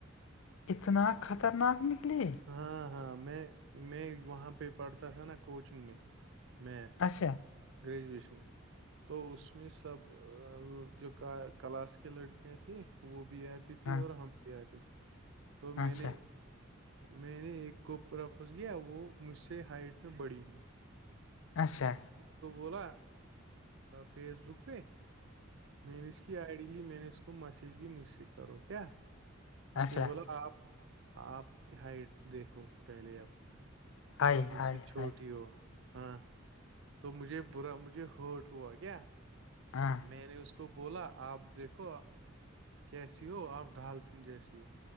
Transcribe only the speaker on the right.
ہاں ہاں میں میں وہاں پہ پڑھتا تھا نا کوچنگ میں میات
گریجویشن تو اس میں سب جو کلاس کی لڑکیاں تھی وہ بھی آتی تھی
اور ہم بھی آتے تھے تو میں
نے میں نے ایک کوپ اپوز کیا وہ مجھ سے ہائٹ میں بڑی ہے
تو بولا فیس بک پہ مینس کی آئی ڈیی میانس کو میسیج گی مجھ سے کرو کیا اس
نے بولا آپ آپ کی ہائٹ دیکھو پہلے اپپنی
آپ مجھ
سے چھوٹی
ہی ہو ہاں تو مجھے برا مجھے ہرٹ ہوا کیا
میں نے اس کو بولا آپ دیکھو کیسی ہو آپ ڈالفن جیسی ہو